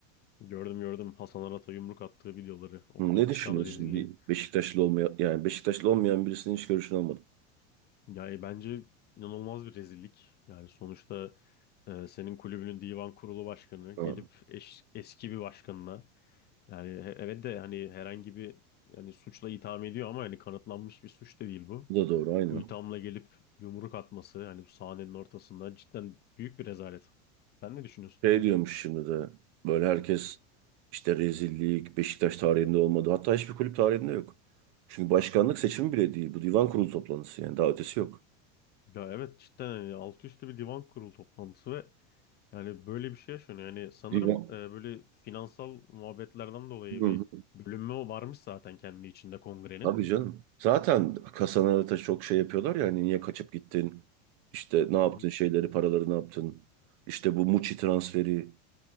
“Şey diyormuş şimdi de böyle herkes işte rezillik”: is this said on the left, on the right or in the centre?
Right